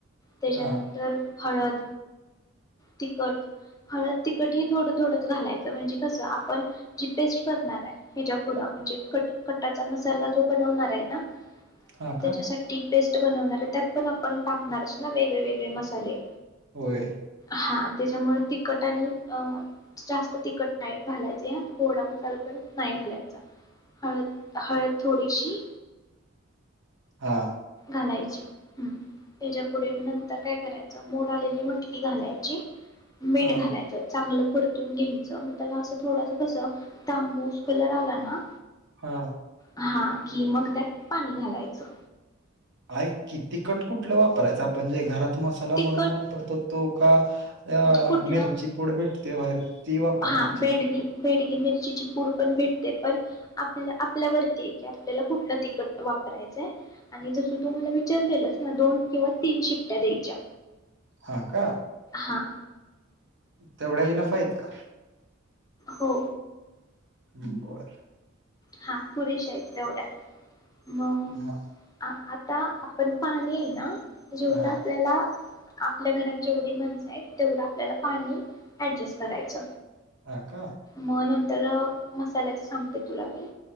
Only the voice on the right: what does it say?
हा
हा का
होय
हा
हा
हा
ऐक की तिखट कुठलं वापरायचं आपण जे घरात मसाला
म्हणून वापरतो तो का अ
मिरची पुड भेटते बाहेर ती वापरायची
हा का
तेवढ्या इनफ हायत का?
हं बर
हा
हा
हा का